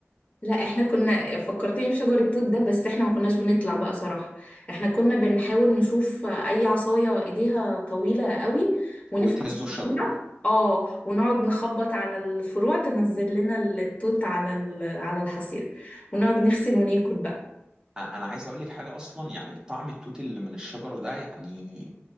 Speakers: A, on the left (about 30°); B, on the right (about 15°).
A: لا احنا كنا فكرتني بشجر التوت ده بس احنا ما كناش بنطلع بقى صراحة احنا كنا بنحاول نشوف اي عصاية ايديها طويلة قوي ونفرش
B: وتهزوا الشجره
A: فيها اه ونقعد نخبط على الفروع تنزل لنا التوت على ال- على الحصير ونقعد نغسل وناكل بقى
B: انا عايز اقول لك حاجه اصلا يعني طعم التوت اللي من الشجره ده يعني